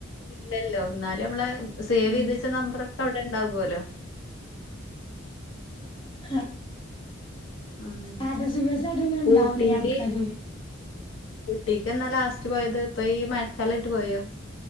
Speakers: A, on the left; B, on the left.
A: ഇല്ലല്ലോ എന്നാലും നമ്മളെ സേവ്
B: ഉം
A: ചെയ്തുവെച്ച നമ്പറൊക്കെ അവിടെ ഇണ്ടാവുഅല്ലോ
B: <unintelligible>
A: ഉം
B: സ്റ്റാറ്റസ് വ്യൂവേഴ്സായിട്ട് ഇങ്ങനെ ഇണ്ടാവൂലേ
A: ഊട്ടീല്
B: ആൾക്കാര്
A: ഊട്ടീക്ക് എന്നാ ലാസ്റ്റ് പോയത്? ഇപ്പൊ ഈ മഴക്കാലായിട്ട് പോയോ?